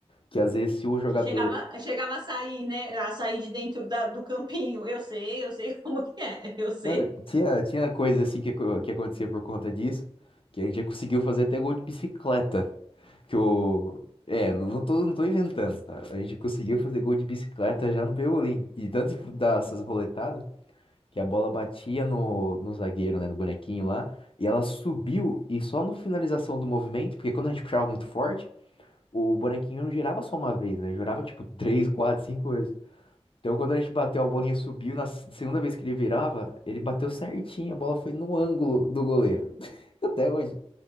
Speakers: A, on the left; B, on the right.
A: que às vezes se o jogador.
B: Que chegava, chegava a sair, né? A sair de dentro da- do campinho. Eu sei, eu sei <laughs> como que é. Eu sei.
A: Não, tinha, tinha coisas assim que, acon- que acontecia por conta disso, que a gente já conseguiu fazer até gol de bicicleta. Que o. É, não não tô, não tô inventando, tá? A gente conseguiu fazer gol de bicicleta já no Pebolim. E tanto de dar essas roletadas que a bola batia no, no zagueiro, né? No bonequinho lá. E ela subiu e só no finalização do movimento, porque quando a gente puxava muito forte, o bonequinho não girava só uma vez, né? Girava tipo três, quatro, cinco vezes. Então quando a gente bateu, a bolinha subiu. Na s- segunda vez que ele virava, ele bateu certinho. A bola foi no ângulo do goleiro. <laughs> Até hoje.